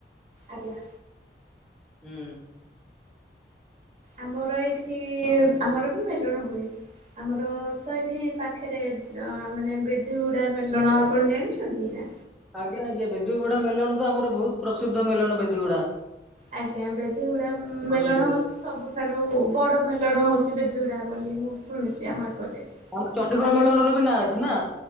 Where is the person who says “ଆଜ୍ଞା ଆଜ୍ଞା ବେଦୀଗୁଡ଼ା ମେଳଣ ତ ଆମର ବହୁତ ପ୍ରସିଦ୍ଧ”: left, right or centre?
Centre